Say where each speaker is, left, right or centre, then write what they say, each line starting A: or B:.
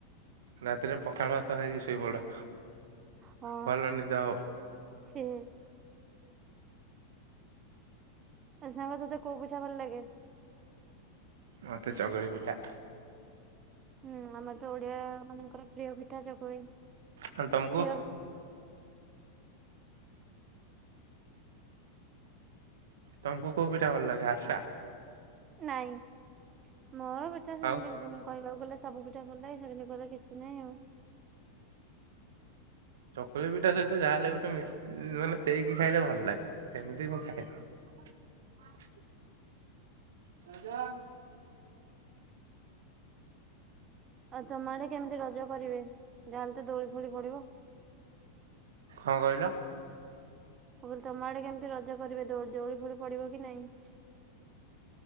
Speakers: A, on the right; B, on the right.
A: ରାତିରେ ପଖାଳ ଭାତ ଖାଇକି ଶୋଇପଡ।
B: ହଁ
A: ଭଲ ନିଦ ହବ।
B: ସେ ଆଉ ସାଙ୍ଗ ତତେ କୋଉ ପିଠା ଭଲଲାଗେ।
A: ମତେ ଚକୁଳି ପିଠା।
B: ହୁଁ ଆମେ ତ ଓ ଓଡ଼ିଆ ମାନଙ୍କର ପ୍ରିୟ ପି ପିଠା ଚକୁଳି ପ୍ରିୟ
A: ଆଉ ତମକୁ ତମକୁ କୋଉ ପିଠା ଭଲ ଲାଗେ ଆର୍ଷା?
B: ନାଇଁ। ମୋର ପିଠା ସେମିତି
A: ଆଉ
B: କିଛି ନାହିଁ କହିବକୁ ଗଲେ ସବୁ ପିଠା ଭଲ ଲାଗେ ହେମିତି କହିଲେ କିଛି ନାହିଁ ଆଉ
A: ଚକୁଳି ପିଠା ସହିତ ଯାହା ହେଲେ ଗୋଟେ ମି ମାନେ ଦେଇକି ଖାଇଲେ ଭଲ ଲାଗିବ ସେମିତି ମୁଁ ଖାଏନି। ରାଜା
B: ଆଉ ତମ ଆଡେ କେମିତି ରଜ କରିବେ ଯାହାହେଲେ ବି ଦୋଳି ଦୋଳି ପଡିବ।
A: କଣ କହିଲ?
B: ମୁଁ କହିଲି ତମ ଆଡେ କେମିତି ରଜ କରିବେ ଦଉଳି ଫୋଳି ପଡିବ କି ନାଇଁ।